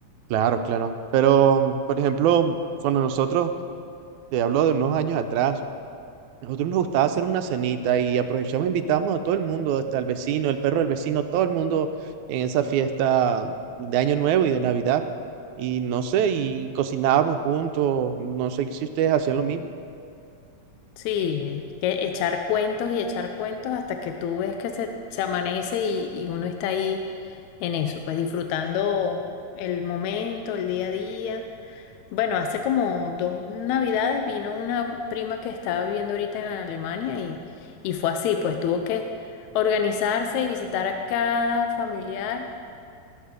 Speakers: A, on the right; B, on the left.
A: Claro, claro. Pero, por ejemplo, cuando nosotros, te hablo de unos años atrás, nosotros nos gustaba hacer una cenita y aprovechamos, e invitamos a todo el mundo, hasta el vecino, el perro del vecino, todo el mundo en esa fiesta de Año Nuevo y de Navidad. Y no sé, y cocinábamos juntos, no sé si ustedes hacían lo mismo.
B: Sí, que echar cuentos y echar cuentos hasta que tú ves que se, se amanece y, y uno está ahí en eso, pues disfrutando el momento, el día a día. Bueno, hace como dos navidades vino una prima que estaba viviendo ahorita en Alemania y, y fue así, pues tuvo que organizarse y visitar a cada familiar